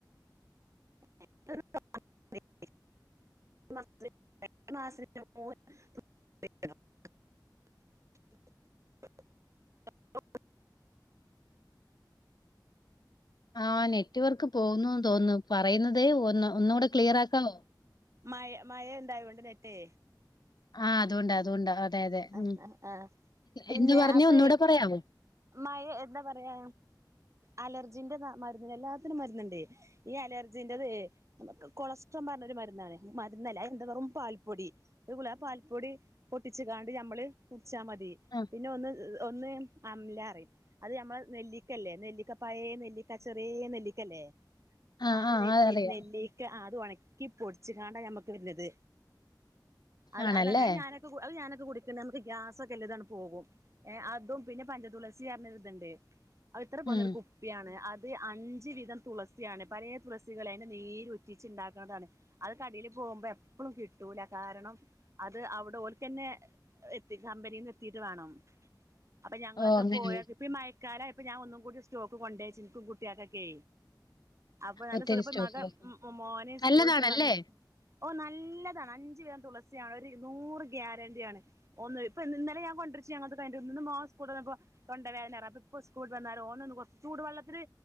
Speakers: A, on the right; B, on the left.
A: <inaudible>
B: ആ നെറ്റ്വർക്ക് പോകുന്നുന്ന് തോന്നുന്നു പറയുന്നതേ ഒന്ന് ഒന്നുകൂടെ ക്ലിയർ ആക്കാവോ
A: മയ മഴ എന്തായൊണ്ട് നെറ്റേ
B: ആഹ്, അതോണ്ട് അതോണ്ട്. അതെ, അതെ
A: ആ
B: ഉം
A: ആ ആ പിന്നെ
B: എന്ത് പറഞ്ഞേ
A: അപ്പേ
B: ഒന്നൂടെ പറയാവോ?
A: മഴ എന്താ പറയാ അലർജിന്റെ മരുന്നിന് എല്ലാത്തിനും മരുന്നുണ്ടേ. ഈ അലർജിന്റെതേ കൊളസ്ട്രം പറഞ്ഞ ഒരു മരുന്നാണ്. മരുന്നല്ല എന്താ വെറും പാൽപ്പൊടി, <unintelligible> ആ പാൽപ്പൊടി പൊട്ടിച്ചുകാണ്ട് നമ്മള് കു ച്ചാ മതി.
B: ആഹ്
A: പിന്നെ ഒന്ന് ഒന്ന് അംല അറിം അത് ഞമ്മളെ നെല്ലിക്കല്ലേ നെല്ലിക്ക പയേ നെല്ലിക്ക ചെറ്യേ നെല്ലിക്കല്ലേ
B: ആഹ്
A: ആ
B: ആഹ്
A: നെല്ലി
B: അതറിയാം.
A: നെല്ലീക്ക് ആത് ഒണ ക്കി പൊടിച്ച്ങ്ങാണ്ടാ ഞമ്മക്ക് വര്ണത്. അഹ്
B: ആണല്ലേ?
A: അതങ്ങെ അത് ഞാനൊക്കെ അത് ഞാന ത് കുടിക്ക്ണ്ട്. നമുക്ക് ഗ്യാസൊക്കെല്ലതാണ് പോകും ഏ അതും, പിന്നെ പഞ്ചതുളസി പറഞ്ഞരുത്ണ്ട്. അത് ഇത്ര പോന്ന
B: ഉം.
A: ഒരു കുപ്പിയാണ്. അത് അഞ്ച് വീതം തുളസിയാണ്. പലേ തുളസികളേ അതിന്റെ നീരൊറ്റിച്ച് ഇണ്ടാക്ക്ണതാണ്. അത് കടേല് പോവുമ്പോ എപ്പളും കിട്ടൂല കാരണം അത് അവിടെ ഓൽക്കന്നെ എത്തി കമ്പനീന്ന് എത്തീട്ട് വേണം. അപ്പൊ ഞങ്ങളൊക്കെ
B: ഓഹ് അങ്ങനെ.
A: പോയാ ഇപ്പ മയ് ക്കാലായപ്പൊ ഞാൻ ഒന്നും കൂടി സ്റ്റോക്ക് കൊണ്ടയച്ചു ഇൻക്കും കുട്ടി യോക്കൊക്കേ. അപ്പൊ നല്ല
B: ഒത്തിരി
A: സുഖ ഇപ്പൊ
B: സ്റ്റോക്ക്.
A: മക ഉം മോന്
B: നല്ലതാണല്ലേ?
A: സ്കൂള്ട്ട് വ ഓന്നാ നല്ലതാണ് അഞ്ച് വീതം തുളസിയാണ് ഒരു ഇര്നൂറ് ഗ്യാരണ്ടിയാണ്. ഓന്ന് ഇപ്പ ഇന്നലെ ഞാ കൊണ്ട്രിച്ചു ഞങ്ങളത് കയ്ൻട്ട്. ഇന്ന് മോൻ സ്കൂള്ട്ട് വന്നപ്പോ തൊണ്ടവേനാറ അപ്പ ഇപ്പൊ സ്കൂള്ട്ട് വന്നാരം ഓനൊന്ന് കൊറ ചൂട് വെള്ളത്തില്